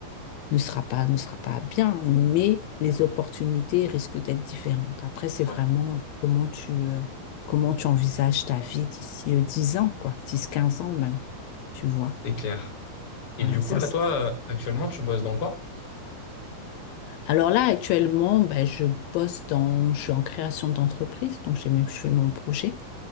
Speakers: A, on the left; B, on the left.
A: ne sera pas, ne sera pas bien, mais les opportunités risquent d'être différentes. Après, c'est vraiment
B: ouais,
A: comment tu, euh, comment tu envisages ta vie d'ici euh, 10 ans, quoi, 10 15 ans même, tu vois.
B: c'est clair. Et
A: Voilà,
B: du
A: ça,
B: coup, là, toi, euh, actuellement, tu bosses dans quoi?
A: Alors là, actuellement, ben, je bosse dans, je suis en création d'entreprise, donc j'ai mes- je fais mon projet.